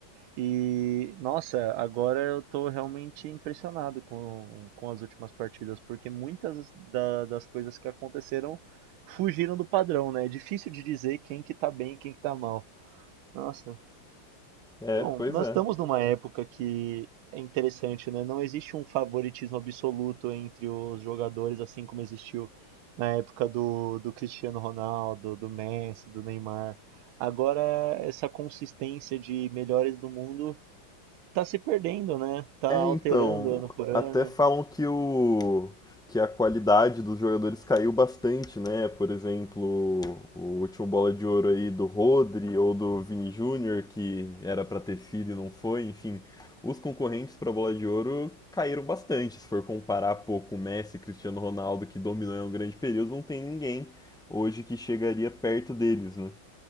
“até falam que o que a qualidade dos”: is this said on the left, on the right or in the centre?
Centre